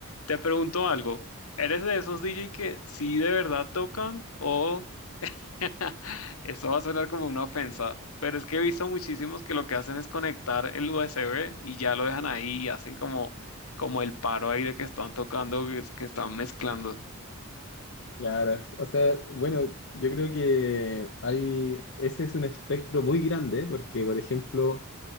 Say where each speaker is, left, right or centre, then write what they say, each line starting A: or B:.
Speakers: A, on the left; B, on the left.
A: Te pregunto algo, ¿eres de esos DJ que sí de verdad tocan o <laughs> Eso va a sonar como una ofensa, pero es que he visto muchísimos que lo que hacen es conectar el USB y ya lo dejan ahí y hacen como, como el paro ahí de que están tocando, que es- que están mezclando.
B: Claro, o sea, bueno, yo creo que hay, ese es un espectro muy grande, porque por ejemplo,